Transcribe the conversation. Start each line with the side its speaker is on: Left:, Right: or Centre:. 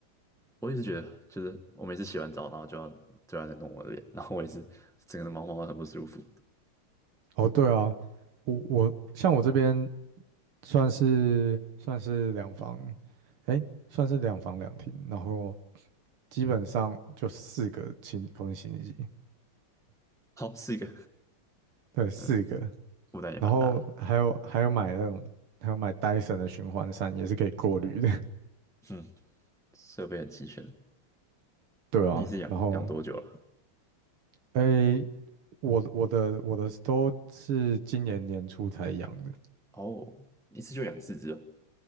Centre: 我也是觉得，就是我每次洗完澡，然后就要就要在弄我的脸，然后我也是整个人毛毛的很不舒服。
Right: 哦，对啊，我我像我这边算是算是两房，诶，算是两房两厅，然后基本上就四个清空洗衣机。
Centre: 好，是一个，
Right: 对，四个，
Centre: 嗯，负担也蛮大的，
Right: 然后还有还有买那种，还有买 d y 的循环扇，也是可以过滤的。
Centre: 嗯，设备很齐全。
Right: <laughs> 对啊，
Centre: 那你是养养多久了？
Right: 然后诶，我我的我的都是今年年初才养的。
Centre: 哦，一次就养四只哦。